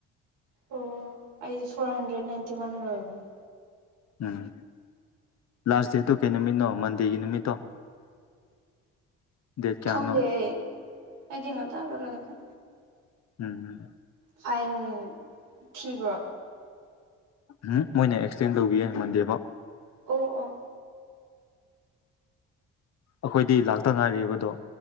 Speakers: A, on the right; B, on the left.
A: ꯑꯣ ꯑꯩꯁꯦ ꯐꯣꯔ ꯍꯟꯗ꯭ꯔꯦꯗ ꯅꯥꯏꯟꯇꯤ ꯋꯥꯟ ꯂꯣꯏꯔꯅꯦ
B: ꯎꯝ ꯂꯥꯁ ꯗꯦꯠꯇꯣ ꯀꯩ ꯅꯨꯃꯤꯠꯅꯣ ꯃꯟꯗꯦꯒꯤ ꯅꯨꯃꯤꯠꯇꯣ ꯗꯦ ꯆꯥꯅꯣ
A: ꯈꯪꯗꯦ ꯑꯩ ꯑꯩꯗꯤ ꯉꯟꯇꯥ ꯆꯠꯂꯒꯅꯦ
B: ꯎꯝ
A: ꯐꯥꯏꯟ ꯊꯤꯕ꯭ꯔꯣ
B: ꯎꯝ ꯃꯣꯏꯅ ꯑꯦꯛꯁꯇꯦꯟ ꯇꯧꯕꯤꯌꯦꯦ ꯃꯟꯗꯦꯐꯥꯎ
A: ꯑꯣ ꯑꯣ
B: ꯑꯩꯈꯣꯏꯗꯤ ꯂꯥꯛꯇ ꯉꯥꯏꯦꯔꯤꯕꯗꯣ